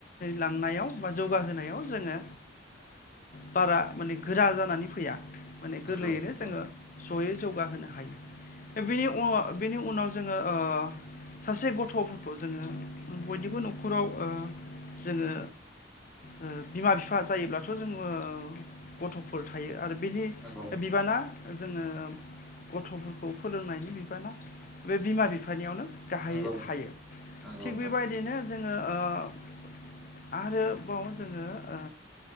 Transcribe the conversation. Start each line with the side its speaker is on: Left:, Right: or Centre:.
Left: लांनायाव बा जौगाहोनायाव जोङो। बारा माने गोरा जानानै फैया। माने
Centre: नंगौ
Left: गोरलैयैनो
Centre: नंगौ
Left: जोङो जयै जौगाहोनो हायो बिनि उन बेनि उनाव जोङो ओ सासे गथ'फोरखौ जोङो बयनिबो न'खराव ओ जोङो। ओ बिमा बिफा जायोब्लाथ' जोङो गथ'फोर थायो आरो। बिनि
Centre: नंगौ
Left: बिबाना जोङो गथ'फोरखौ फोरोंनायनि बिबाना बे बिमा बिफानियावनो। गाहायै
Centre: नंगौ
Left: थायो
Centre: नंगौ
Left: थिग बेबायदिनो जोङो ओ। आरोबाव जोङो ओ